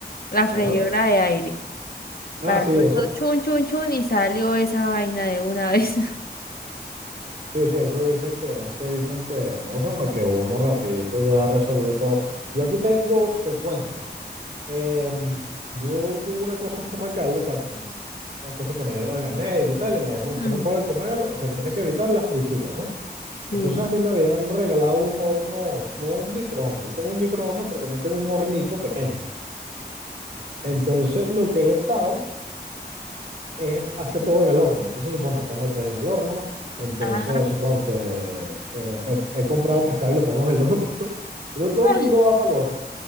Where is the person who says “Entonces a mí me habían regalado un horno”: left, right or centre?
Right